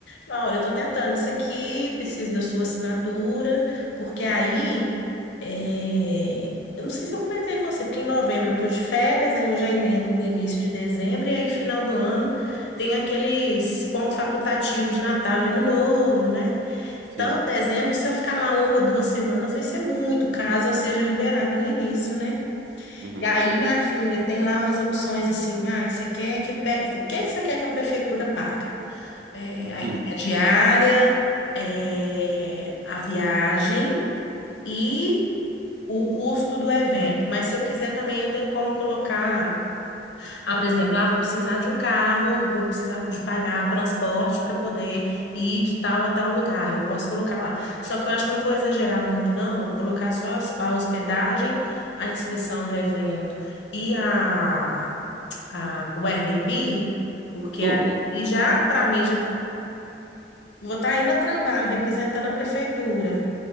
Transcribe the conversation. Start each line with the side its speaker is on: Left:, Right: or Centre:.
Left: Laura, eu estou tentando isso aqui, preciso da sua assinatura, porque aí, é, eu não sei se eu comentei com você, porque em novembro eu estou de férias, aí eu já emendo com o início de dezembro, e aí final do ano tem aqueles pontos facultativos de Natal e Ano Novo, né?
Right: sim.
Left: Então, dezembro, se eu ficar lá uma, duas semanas, vai ser muito, caso eu seja liberada no início, né?
Right: Uhum.
Left: E aí, minha filha, tem lá umas opções assim, ah, você quer que, pe... o que que você quer que a prefeitura pague? É,
Right: <laughs>
Left: aí tem a diária, é, a viagem e o custo do evento. Mas se eu quiser também, eu tenho como colocar. Ah, por exemplo, ah, vou precisar de um carro, vou precisar de pagar transporte para poder ir de tal a tal lugar. Eu posso colocar lá. Só que eu acho que eu não vou exagerar muito, não. Eu vou colocar só as- a hospedagem, a inscrição do evento e a, a, o Airbnb, porque
Right: Tudo,
Left: aí
Right: é?
Left: já, para mim, já. Vou estar aí no trabalho, representando a prefeitura,